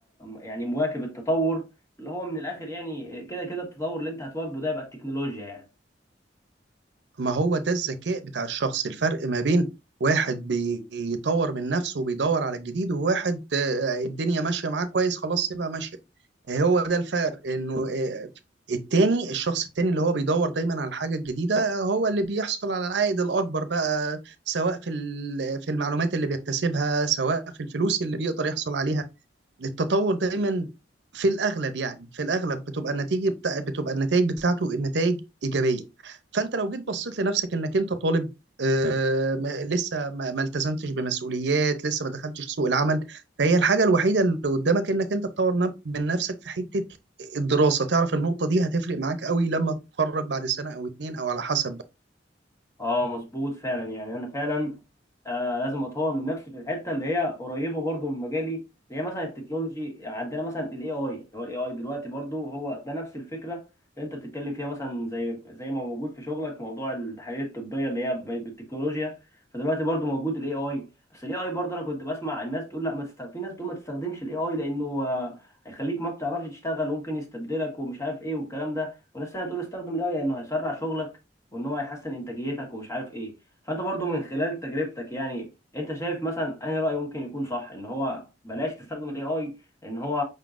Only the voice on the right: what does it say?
ما هو ده الذكاء بتاع الشخص الفرق ما بين واحد بيطور من نفسه وبيدور على الجديد وواحد آه، الدنيا ماشية معاه كويس خلاص سيبها ماشية هو ده الفرق انه آه، التاني الشخص التاني اللي هو بيدور دايما على الحاجه الجديده هو اللي بيحصل على العائد الاكبر بقى سواء في ال- في المعلومات اللي بيكتسبها سواء في الفلوس اللي بيقدر يحصل عليها التطور دايما في الاغلب يعني في الاغلب بتبقى النتيجه بتا... بتبقى النتائج بتاعته النتائج ايجابيه فانت لو جيت بصيت لنفسك انك انت طالب آه ما- لسه ما... ما التزمتش بمسؤوليات لسه ما دخلتش سوق العمل فهي الحاجه الوحيده اللي قدامك انك انت تطور نف- من نفسك في حته الدراسه تعرف النقطه دي هتفرق معاك قوي لما تتخرج بعد سنه او اتنين او على حسب بقى.